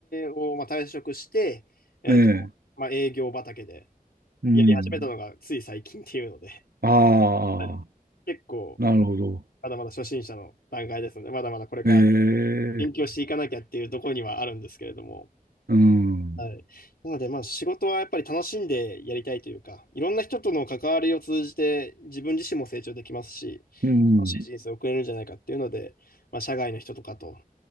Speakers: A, on the left; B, on the right.
A: を、まあ、退職して、えっと、
B: ええ、
A: まあ、営業畑で
B: うん。
A: やり始めたのがつい最近っていうので、
B: ああ、
A: はい結構、
B: なるほど。
A: まだまだ初心者の段階ですので、まだまだこれから
B: ええ、
A: 勉強していかなきゃっていうところにはあるんですけれども。
B: うん、
A: はい。なので、まあ仕事はやっぱり楽しんでやりたいというか、いろんな人との関わりを通じて自分自身も成長できますし、
B: うん、
A: 楽しい人生を送れるんじゃないかっていうので、まあ社外の人とかと